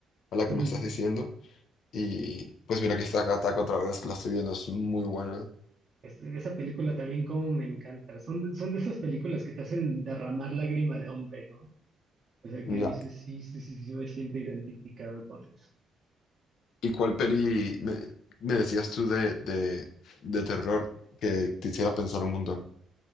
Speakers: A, on the left; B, on the right.
A: a la que
B: ujú.
A: me estás diciendo. Y pues mira, aquí está Attack Attack otra vez, la estoy viendo, es muy buena.
B: Es- esa película también como me encanta. Son, son de esas películas que te hacen derramar lágrima de hombre, ¿no? O sea,
A: La-
B: que dices, sí, sí, sí, sí, me siento identificado con eso.
A: ¿Y cuál peli me, me decías tú de, de, de terror que te hiciera pensar un montón?